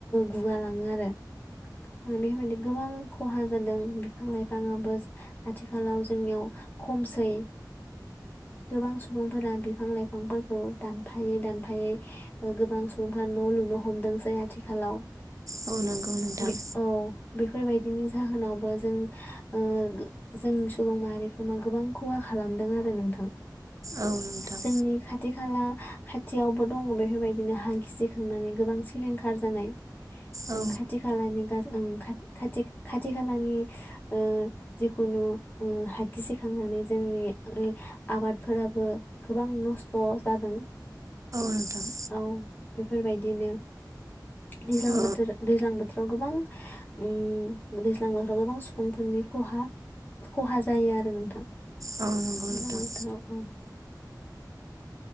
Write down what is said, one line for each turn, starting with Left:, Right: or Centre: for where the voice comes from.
Left: गुगालाङो आरो <unintelligible> गोबां खहा जादों बिफां लाइफाङाबो आथिखालाव जोंनियाव खमसै गोबां सुबुंफोरा बिफां लाइफांफोरखौ दानफायै दानफायै गोबां सुबुंफोरा न' लुनो हमदोंसै आथिखालाव
Right: औ नंगौ नोंथां
Left: बे औ बे बेफोरबायदिनि जाहोनावबो जों ओ जों सुबुं माहारिखौ मा गोबां खहा खालामदों आरो नोंथां
Right: औ नोंथां
Left: जोंनि खाथि खाला खाथियावबो दङ बेफोरबायदिनो हां गिसिखांनानै गोबां सिलिंखार जानाय
Right: औ
Left: खाथि खालानि ओ खाथि खाथि खालानि ओ जिखुनु हाय गिसेखांनानै ओ जोंनि आबादफोराबो गोबां नस्थ' जादों
Right: नोंथां
Left: औ बेफोरबायदिनो दैज्लां
Right: ओ
Left: बोथोर दैज्लां बोथोराव गोबां उम दैज्लां बोथोराव गोबां सुबुंफोरनि खहा खहा जायो आरो नोंथां <unintelligible>
Right: औ नंगौ नोंथां
Left: नोंथाङा बुं